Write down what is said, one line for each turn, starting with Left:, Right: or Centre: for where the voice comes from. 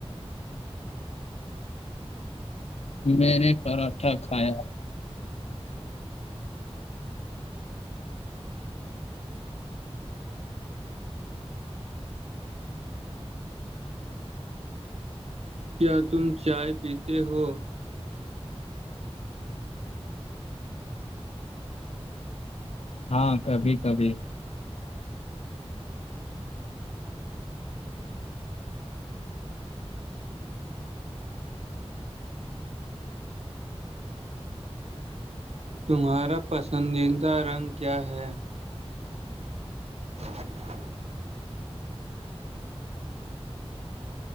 Left: میں نے پراٹھا کھایا
Right: کیا تم چائے پیتے ہو
Left: ہاں کبھی کبھی
Right: تمہارا پسندیدہ رنگ کیا ہے <unintelligible>